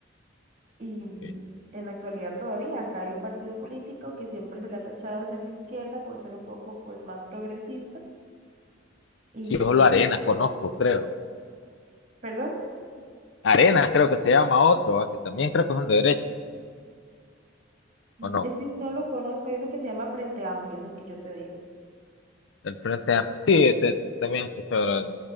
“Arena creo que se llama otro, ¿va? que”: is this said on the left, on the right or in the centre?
Left